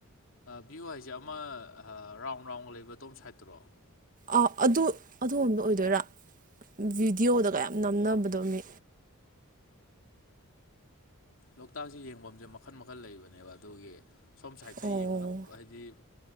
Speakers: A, on the left; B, on the right.
A: ꯚ꯭ꯌꯨ ꯍꯥꯏꯁꯦ ꯑꯃ ꯔꯥꯎꯟ ꯔꯥꯎꯟ ꯂꯩꯕ ꯇꯣꯝ ꯁꯥꯏꯠꯇ꯭ꯔꯣ
B: ꯑ ꯑꯗꯨ ꯑꯗꯣꯝꯗ ꯑꯣꯏꯗꯣꯏꯔꯥ ꯚꯕꯤꯗꯤꯑꯣꯗꯒꯌꯥꯝ ꯅꯝꯅꯕꯗꯣ ꯃꯤ
A: ꯂꯣꯛꯇꯥꯛꯁꯦ ꯌꯦꯡꯐꯝꯁꯦ ꯃꯈꯜ ꯃꯈꯜ ꯂꯩꯕꯅꯦꯕ ꯑꯗꯨꯒꯤ ꯁꯣꯝ ꯁꯥꯏꯗꯠꯇ
B: ꯑꯣ
A: ꯌꯦꯡꯉꯅ ꯍꯥꯏꯗꯤ